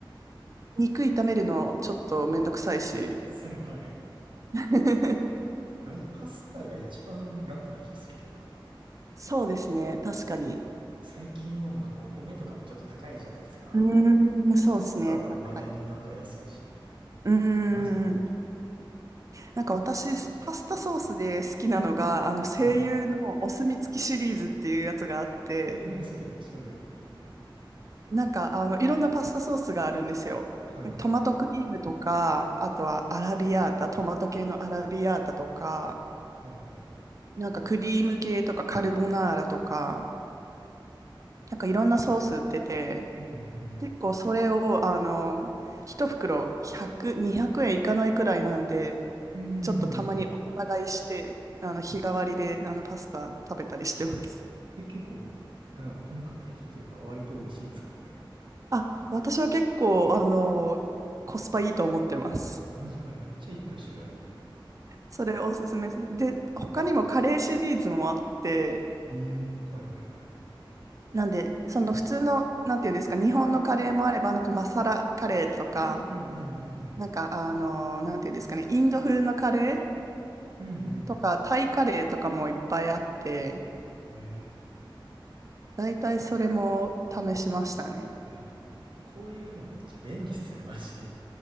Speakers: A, on the right; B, on the right.
A: 肉炒めるのちょっとめんどくさいし。
B: <laughs> それはある。
A: <laughs>
B: マジパスタが一番楽な気するけどな。
A: そうですね、確かに。
B: 最近はもうなんかお米とかもちょっと高いじゃないですか。
A: うーん、そうですね、
B: パスタは未だになんか安いし。
A: 確かに。うー
B: マジで便利。
A: ん。なんか私、パスタソースで好きなのが、あの、声優のお墨付きシリーズっていうやつがあって、
B: はい。いいね、それ。調べよう。
A: なんか、あの、いろんなパスタソースがあるんですよ。
B: はいはいはい。
A: トマトクリームとか、あとはアラビアータ、トマト系のアラビアータとか、
B: はいはいはい。
A: なんかクリーム系とかカルボナーラとか、なんかいろんなソース売ってて、
B: うんうん
A: 結構それを、あの、一袋100、200円いかないくらいなんで、
B: うん。うんうんうん。
A: ちょっとたまに大人買いして、あの日替わりであのパスタ食べたりしてます。
B: え、結構、なんだろう、本格的というか、割と美味しいんですか、これ。
A: あ、私は結構、あの、コスパいいと思ってます。
B: あマジか、めっちゃいっぱい種類あるの。
A: それおすすめです。で、他にもカレーシリーズもあって、
B: ええはいはいはい。
A: なんで、その普通の、なんていうんですか、日本のカレーもあれば、なんかマサラカレーとか、
B: うんうんうんうん
A: なんか、あの、なんていうんですかね、インド風のカレー
B: うん。う
A: とか、
B: ん
A: タイカレーとかもいっぱいあって、
B: うん。え
A: 大体それも試しましたね。
B: えでも、こういうのめっちゃ便利っすよね、マジで。